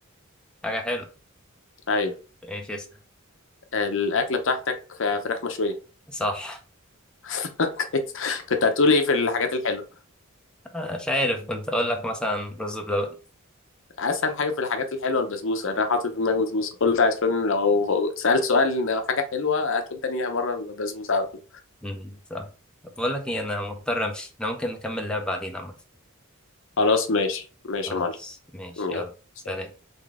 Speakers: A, in the centre; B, on the left.
A: حاجة حلو
B: ايوه
A: ماشي اسأل.
B: الأكلة بتاعتك آه، فراخ مشوية
A: صح
B: <laughs> كويس كنت هتقول ايه في الحاجات الحلوة
A: أنا مش عارف كنت أقول لك مثلا رز بلبن
B: اسهل حاجه في الحاجات الحلوه البسبوسه انا حاطط في دماغي بسبوسه قلت عشان لو سالت سؤال لو حاجه حلوه هتقول تانيها مره بسبوسه على طول
A: مم، صح طب بقول لك إيه أنا مضطر أمشي أنا ممكن نكمل لعب بعدين عامة
B: خلاص ماشي ماشي
A: خلاص
B: يا معلم
A: ماشي
B: يلا
A: يلا سلام